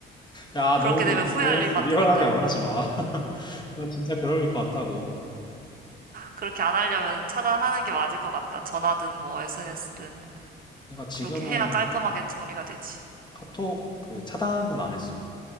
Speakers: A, on the left; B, on the right.
A: 야,
B: 그렇게
A: 너무,
B: 되면 후회할
A: 너무
B: 일 만드니까
A: 리얼하게 말하지 마. <laughs> 나 진짜 그럴 것 같다고.
B: 그렇게 안 하려면 차단하는 게 맞을 것 같다. 전화든 뭐 SNS든
A: 내가 지금은
B: 그렇게 해야 깔끔하게 정리가 되지.
A: 카톡 그 차단은 안 했어.